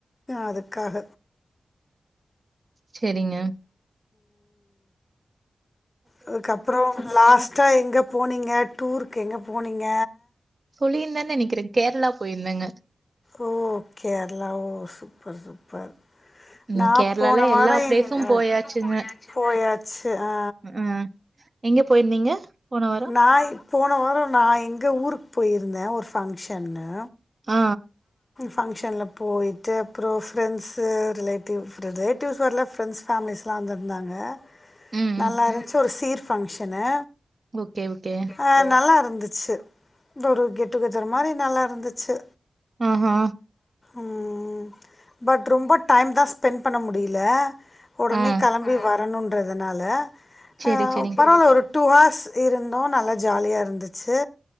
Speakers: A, on the left; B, on the right.
A: அதுக்காக
B: செரிங்க
A: அதுக்கப்புறோ லாஸ்ட்டா எங்க போனீங்க டூருக்கு எங்க போனீங்க
B: சொல்லியிருந்தனு நெனைக்கிறே கேர்ளா போயிருந்தேங்க
A: ஓ கேர்ளா ஓ சூப்பர் சூப்பர்
B: ம்
A: நா
B: கேரளால
A: போன வாரொ
B: எல்லா பிளேஸும்
A: எங்க
B: போயாச்சுங்க.
A: போயாச்சு ஆ
B: ம். எங்க போயிருந்தீங்க? போன வாரம்?
A: நா போன வாரொ நா எங்க ஊருக்கு போயிருந்தே ஒரு ஃபங்க்ஷன்னு
B: அ
A: பங்க்ஷன்ல போயிட்டு அப்பறோ ப்ரெண்ட்ஸு ரிலேட்டிவ் ரிலேட்டிவ்ஸ் வரல ப்ரெண்ட்ஸ் ஃபேமிலிஸ்லா வந்திருந்தாங்க
B: ம்,
A: நல்லா
B: ம்.
A: இருந்துச்சு ஒரு சீர் ஃபங்க்ஷனு
B: ஓகே ஓகே
A: அ நல்லா இருந்துச்சு இந்த ஒரு கெட்டு கெதர் மாரி நல்லா இருந்துச்சு
B: அ ஹ
A: ம் பட் ரொம்ப டைம் தா ஸ்பென் பண்ண முடியல ஒடனே
B: ஆ.
A: கெளம்பி வரணுன்றதுனால
B: சரி,
A: அ
B: சரிங்.
A: பரவால்ல ஒரு டூ ஹார்ஸ் இருந்தோ நல்லா ஜாலியா இருந்துச்சு